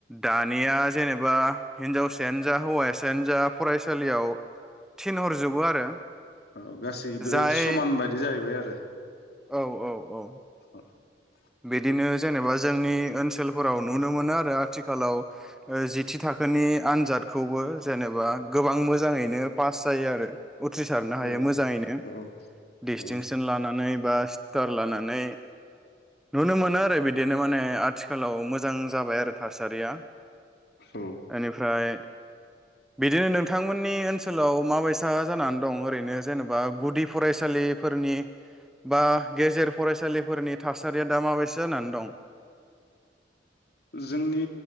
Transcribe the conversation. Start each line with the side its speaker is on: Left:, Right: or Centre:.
Centre: दानिया जेनेबा। हिन्जावसायानो जा हौवा सायानो जा फसालियाव थिनहर जोब बो आरो।
Left: औ गासैबो
Centre: जाय
Left: समान बायदि जाहैबाय आरो।
Centre: औ औ औ।
Left: <inaudible>
Centre: बिदिनो जेनेबा जोंनि ओनसोलफोराव नुनो मोनो आरो आथिखालाव ओ जिथि थाखोनि आनजादखौबो जेनेबा गोबां मोजाङैनो पास जायो आरो। उथ्रिसारनो हायो
Left: औ
Centre: मोजाङैनो
Left: औ
Centre: दिस्टिंसन
Left: औ
Centre: लानानै बा स्टार लाना नै। नुनो मोनो आरो बिदिनो माने आथिखालाव मोजां जाबाय आरो थासारिया।
Left: औ
Centre: एनिफ्राय बिदिनो नों। थांमोननि ओनसोलाव माबायसा जानानै दं ओरैनो जेनेबा गुदि फरायसालिफोरनि बा गेजेर फरायसालिफोरनि थासा बे दा मा बायसा होननानै दं।
Left: जोंनि